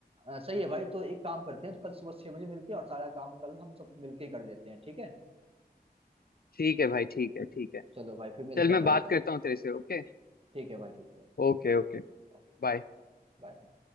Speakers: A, on the right (about 35°); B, on the left (about 65°).
A: अ, सही है भाई तो एक काम करते हैं तो कल सुबह छह बजे मिलते हैं और सारा काम कल हम सब मिलके ही कर लेते हैं ठीक है
B: ठीक है भाई ठीक है ठीक है
A: चलो भाई फिर मिलते
B: चल
A: हैं
B: मैं
A: भाई
B: बात
A: कल
B: करता हूँ तेरे से Okay
A: ठीक है भाई ठीक है
B: okay okay
A: Okay,
B: बाय
A: bye